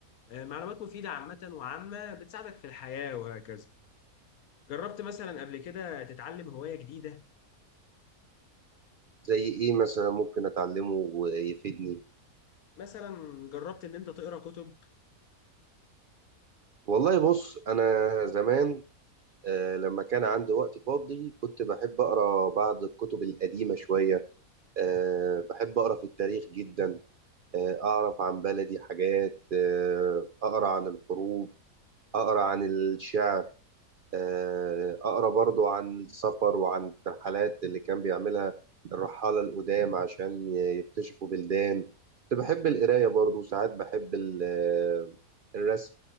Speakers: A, on the left (about 75°); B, on the right (about 55°).
A: آه، معلومات مفيدة عامة وعامة بتساعدك في الحياة وهكذا جربت مثلا قبل كده تتعلم هواية جديدة
B: زي ايه مثلا ممكن اتعلمه ويفيدني
A: مثلا جربت ان انت تقرا كتب
B: والله بص انا زمان آه، لما كان عندي وقت فاضي كنت بحب اقرا بعض الكتب القديمة شوية آه، بحب اقرا في التاريخ جدا آه، اعرف عن بلدي حاجات آه، اقرا عن الحروب اقرا عن الشعر آه، اقرا برضو عن السفر وعن الترحلات اللي كان بيعملها الرحالة القدام عشان يكتشفوا بلدان كنت بحب القراية برضو وساعات بحب ال- آه، الرسم